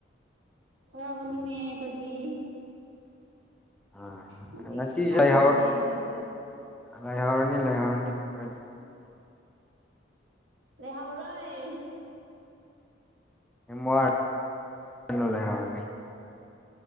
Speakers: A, on the right; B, in the centre.
A: ꯋꯥꯕꯅꯤꯅꯦ ꯈꯣꯢꯗꯤ
B: ꯑꯥ
A: ꯉꯁꯤ
B: ꯉꯁꯤꯁꯦ
A: ꯁꯅꯥꯒꯅꯤꯅꯦ
B: ꯂꯩꯍꯧꯔ
A: ꯑꯩꯈꯣꯏꯁꯨ
B: ꯂꯩꯍꯧꯔꯅꯤ ꯂꯩꯍꯧꯔꯅꯤ ꯍꯣꯔꯦꯟ
A: ꯂꯦꯍꯥꯎꯔꯣꯏ
B: ꯀꯦꯝ ꯋꯥꯅꯨ ꯂꯩꯍꯧꯔꯅꯤ